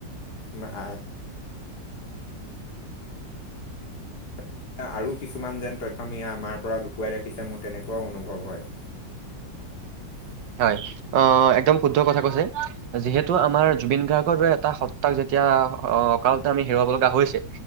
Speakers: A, on the left (about 60°); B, on the right (about 75°).
A: ম আহ <unintelligible> এতিয়া আৰু কিছুমান যেন তথ্যমিয়া আমাৰ পৰা লুকুৱাই ৰাখিছে মোৰ তেনেকুৱাও অনুভৱ হয় <unintelligible>
B: হয় অ একদম শুদ্ধ কথা কৈছে যিহেতু আমাৰ জুবিন গাৰ্গৰ দৰে এটা সত্তাক যেতিয়া কা অকালতে আমি হেৰুৱাব লগা হৈছে